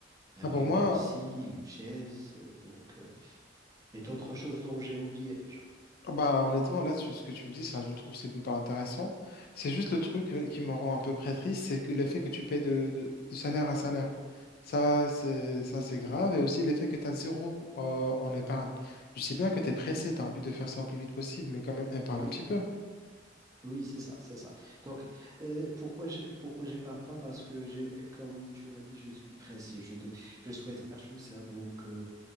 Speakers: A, on the right; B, on the left.
A: Un
B: Ah,
A: bureau
B: pour moi,
A: aussi, une chaise, euh, donc, euh, et d'autres choses dont j'ai oublié déjà.
B: Ah Bah, honnêtement, là, tu- ce que tu me dis, ça, je trouve, c'est plutôt intéressant. C'est juste le truc euh, qui me rend un peu près triste, c'est que l'effet que tu payes de, de- de salaire à salaire. Ça, c'est, ça, c'est grave. Et aussi l'effet que tu as zéro euh, en épargne. Je sais bien que tu es pressé, tu as envie de faire ça au plus vite possible, mais quand même, épargne
A: Oui,
B: un petit peu.
A: Oui, c'est ça, c'est ça. Donc, euh, pourquoi je, pourquoi je parle pas? Parce que je, comme tu l'as dit, je suis pressé. Je, de- je souhaite faire tout ça donc euh,